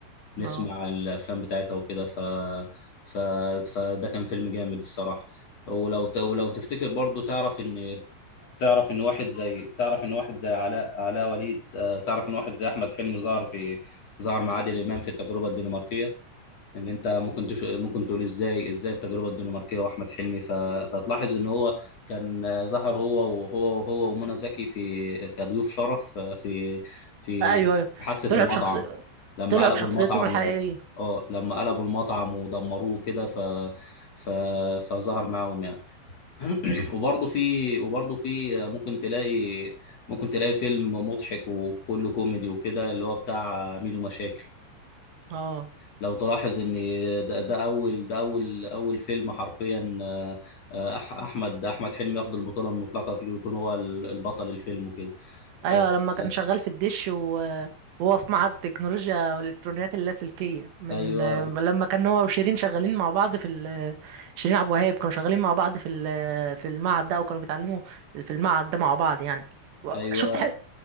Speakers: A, on the left; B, on the right.
A: نسمع
B: اه
A: الأفلام بتاعتها وكده ف... ف... فده كان فيلم جامد الصراحة ولو ت... ولو تفتكر برضو تعرف إن تعرف إن واحد زي تعرف إن واحد زي علاء علاء وليد آه، تعرف إن واحد زي أحمد حلمي ظهر في ظهر مع عادل إمام في التجربة الدنماركية ان انت ممكن تشو... ممكن تقول ازاي ازاي التجربه الدنماركيه واحمد حلمي ف... فتلاحظ ان هو كان ظهر هو وهو هو ومنى زكي في كضيوف شرف في في
B: ايوه ايوه
A: حادثه
B: طلع
A: المطعم
B: بشخص
A: لما
B: طلع
A: قلبوا
B: بشخصيتهم
A: المطعم
B: الحقيقيه
A: و... اه لما قلبوا المطعم ودمروه كده ف... ف... فظهر معاهم يعني <clears throat> وبرضه في وبرضه في ممكن تلاقي ممكن تلاقي فيلم مضحك وكله كوميدي وكده اللي هو بتاع ميدو مشاكل
B: اه
A: لو تلاحظ ان ده, ده اول ده اول اول فيلم حرفيا آه، آه، أح- احمد احمد حلمي ياخد البطوله المطلقه فيه ويكون هو ال- البطل الفيلم وكده
B: ايوه
A: آه،
B: لما كان
A: آه،
B: شغال في الدش و- وهو في معهد تكنولوجيا والالكترونيات اللاسلكيه من
A: ايوه
B: لما كان هو وشيرين شغالين مع بعض في ال... شيرين عبد الوهاب كانوا شغالين مع بعض في ال... في المعهد ده او كانوا بيتعلموا في المعهد ده مع بعض يعني و-
A: ايوه
B: شفت